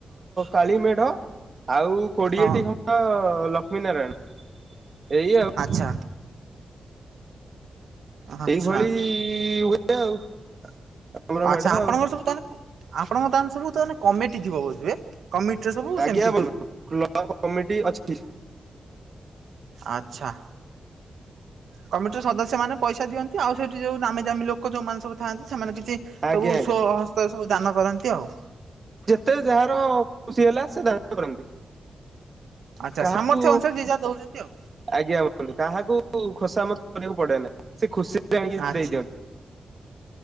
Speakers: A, on the right (about 35°); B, on the right (about 85°).
A: କାଳୀ ମେଢ଼ ଆଉ କୋଡିଏଟି
B: ହଁ
A: ଖଣ୍ଡ ଲକ୍ଷ୍ମୀ ନାରାୟଣ। ଏଇ ଆଉ।
B: ଆଚ୍ଛା ଆଚ୍ଛା
A: ଏଇଭଳି ହୁଏ ଆଉ। ଆମର
B: ଆଚ୍ଛା
A: ମେଢ
B: ଆପଣଙ୍କର
A: ଆଉ
B: ସବୁ ତାହେଲେ ଆପଣଙ୍କ ତାହେଲେ ସବୁ ତାହେଲେ କମିଟି ଥିବ ବୋଧହୁଏ? କମିଟିର ସବୁ ସେମିତି
A: ଆଜ୍ଞା
B: ହୁଏ
A: ବନ୍ଧୁ କ୍ଲବ୍ କମିଟି ଅଛିଟି।
B: ଆଚ୍ଛା। କମିଟିର ସଦସ୍ୟ ମାନେ ପଇସା ଦିଅନ୍ତି ଆଉ ସେଇଠି ଯୋଉ ନାମି ଦାମୀ ଲୋକ ଯୋଉମାନେ ସବୁ ଥାନ୍ତି ସେମାନେ କିଛି ସବୁ
A: ଆଜ୍ଞା ଆଜ୍ଞା
B: ସ୍ଵ ହସ୍ତରେ ସବୁ ଦାନ କରନ୍ତି ଆଉ।
A: ଯେତେ ଯାହାର ଖୁସି ହେଲା ସେ ଦାନ କରନ୍ତି।
B: ଆଚ୍ଛା
A: କାହାକୁ
B: ସାମର୍ଥ୍ୟ ଅନୁସାରେ ଯିଏ ଯାହା ଦଉଚନ୍ତି ଆଉ।
A: ଆଜ୍ଞା ବନ୍ଧୁ କାହାକୁ ଖୋସାମତ୍ କରିବାକୁ ପଡେ ନା ସେ ଖୁସିରେ ଆଣିକି
B: ଆଚ୍ଛା
A: ଦେଇଦିଅନ୍ତି।